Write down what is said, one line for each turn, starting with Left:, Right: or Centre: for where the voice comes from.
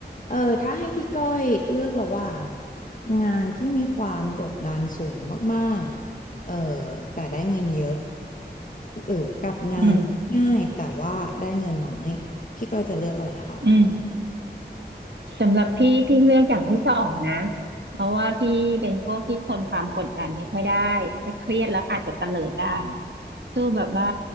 Left: เออถ้าให้พี่ก้อยเลือกระหว่างงานที่มีความกดดันสูงมากๆเออแต่ได้เงินเยอะหรือกับงานง่ายแต่ว่าได้เงินน้อยพี่ก้อยจะเลือกอะไรคะ
Right: อืมอืมสำหรับพี่พี่เลือกอย่างที่สองนะเพราะว่าพี่เป็นพวกที่ทนความกดดันไม่ค่อยได้ถ้าเครียดแล้วอาจจะเตลิดได้อะสู้แบบว่า